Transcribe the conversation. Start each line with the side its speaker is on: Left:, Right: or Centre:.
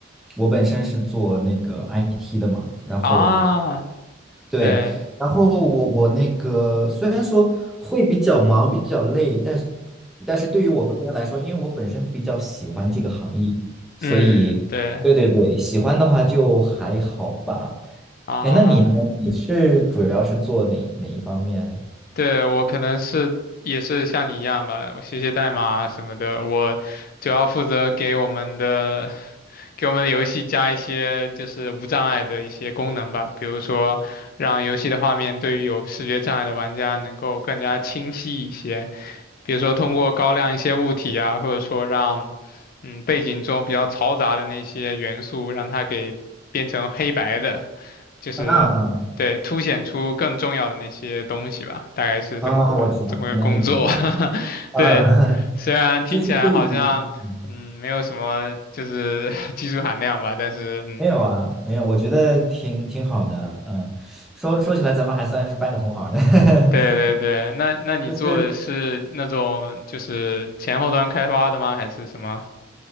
Centre: 我本身是做那个 IT 的嘛，然后
Left: 啊？
Centre: 对，
Left: 对，
Centre: 然后我我那个虽然说会比较忙，比较累，但是但是对于我个人来说，因为我本身比较喜欢这个行业，所以对对对，
Left: 嗯，对
Centre: 喜欢的话就还好吧。
Left: 啊，
Centre: 哎，那你呢？你是主要是做哪哪一方面？
Left: 对，我可能是也是像你一样吧，我写写代码啊什么的，我主要负责给我们的给我们的游戏加一些就是无障碍的一些功能吧，比如说让游戏的画面对于有视觉障碍的玩家能够更加清晰一些，比如说通过高亮一些物体啊，或者说让嗯背景中比较嘈杂的那些元素让它给变成黑白的。就是对凸显出更重要的那些东西吧，
Centre: 啊啊
Left: 大概是这么个这么个工作。
Centre: 啊！啊我知道，我能理解，就是
Left: <laughs>
Centre: 啊，
Left: 对，
Centre: <laughs>
Left: 虽然听起来好像嗯没有什么就是
Centre: 就是对于。嗯
Left: <laughs> 技术含量吧，但是嗯。
Centre: 没有啊，没有，我觉得挺挺好的，嗯，说说起来，咱们还算是半个同行呢。<laughs>
Left: 对对对，那那你做的是那种就是前后端开发的吗？
Centre: 就是
Left: 还是什么